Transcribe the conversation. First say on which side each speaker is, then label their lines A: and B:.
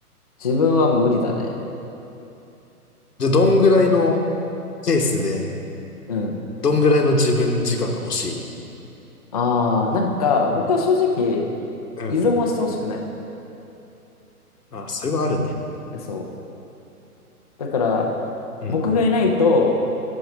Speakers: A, on the left (about 25°); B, on the left (about 85°).
A: 自分は無理だね。
B: じゃあ、どんぐらいのペースで、
A: うん。
B: どんぐらいの自分時間が欲しい
A: ああ、なんか、僕は正直、
B: うん。
A: 依存はしてほしくないの。
B: あ、それはあるね。
A: えそう。だから、
B: うん。
A: 僕がいないと、